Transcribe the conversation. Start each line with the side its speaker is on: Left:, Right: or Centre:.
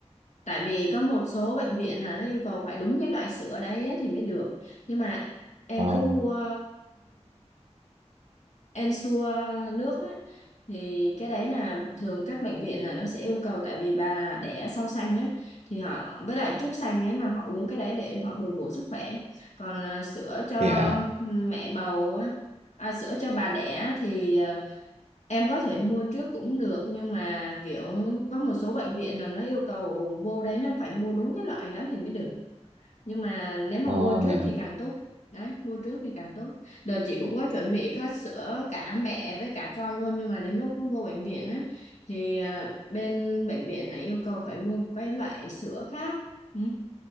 Left: tại vì có một số bệnh viện là nó yêu cầu phải đúng cái loại sữa đấy ấy thì mới được nhưng mà em
Right: ờ
Left: cứ mua Ensure nước á, thì cái đấy là thường các bệnh viện là nó sẽ yêu cầu tại vì bà đẻ sau sanh á thì họ với lại trước sanh ấy là họ uống cái đấy để họ bồi bổ sức khỏe còn à, sữa cho
Right: dạ
Left: mẹ bầu á à, sữa cho bà đẻ thì à, em có thể mua trước cũng được nhưng mà kiểu có một số bệnh viện là nó yêu cầu vô đấy nó phải mua đúng cái loại đó thì mới được nhưng mà nếu mà
Right: ờ
Left: mua trước
Right: dạ
Left: thì càng tốt đấy mua trước thì càng tốt đợt chị cũng có chuẩn bị có sữa cả mẹ với cả con luôn nhưng mà đến lúc vô bệnh viện á thì à, bên bệnh viện này yêu cầu phải mua một cái loại sữa khác ừ.